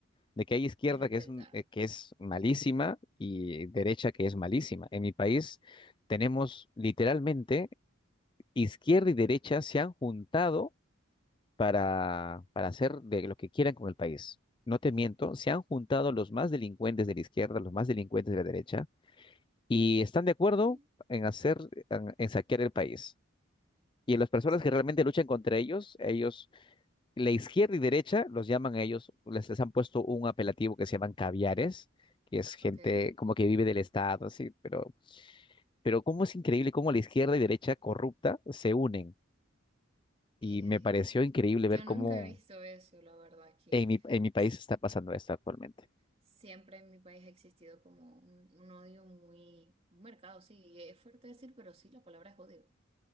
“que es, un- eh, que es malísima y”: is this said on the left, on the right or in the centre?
Left